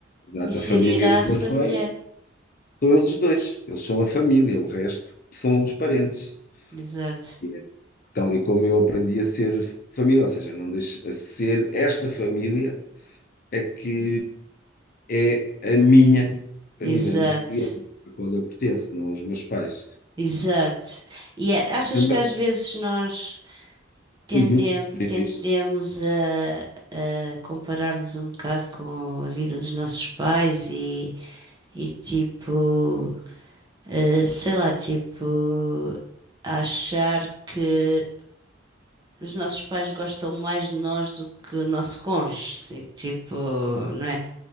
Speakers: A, on the left; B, on the right.
A: Exato,
B: e se
A: a família
B: unirá
A: dos
B: à
A: meus
B: sua
A: pais
B: mulher.
A: são eles os dois. Eles são a família, o resto são os parentes.
B: Exato,
A: E é tal e como eu aprendi a ser família, ou seja, não deixo a ser esta família é que é a minha família,
B: exato.
A: a qual eu pertenço, não os meus pais.
B: Exato. E a- achas
A: E também,
B: que às vezes nós tende-
A: uhum, diz
B: tendemos
A: isto.
B: a, a comparar-nos um bocado com a vida dos nossos pais e, e tipo, eh, sei lá, tipo, achar que os nossos pais gostam mais de nós do que o nosso cônjuge, sim, tipo, não é?